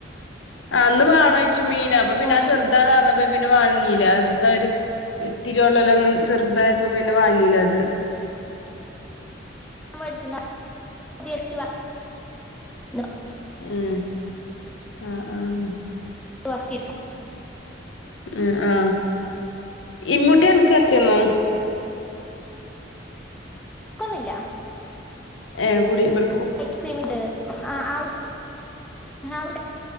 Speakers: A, on the left; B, in the centre.
A: അന്നു വാണോയ്ച്ചു മീന് അപ്പൊ പിന്നെ
B: അങ്ങനെയാണ്
A: അത് ചെറുതാണെന്നുപറഞ്ഞപ്പോ
B: വെച്ച്
A: പിന്നെവാങ്ങീല അത് ഇതൊരു ഇത്തിരിയുള്ളല്ലോ ചെറുതായപ്പോ പിന്നെ വാങ്ങീല്ലായത്.
B: <unintelligible>
A: ഏ.. അ.. ആ..
B: ഒർച്ചിരിക്കും
A: മ് അ ഇമ്മൂട്ടി അൻക് എർച്ചി തന്നോ
B: ഇക്കൊന്നുല്ല
A: ഏ കുടി ബർ
B: ഐസ്ക്രീമിണ്ട് അ ഔട് ഔട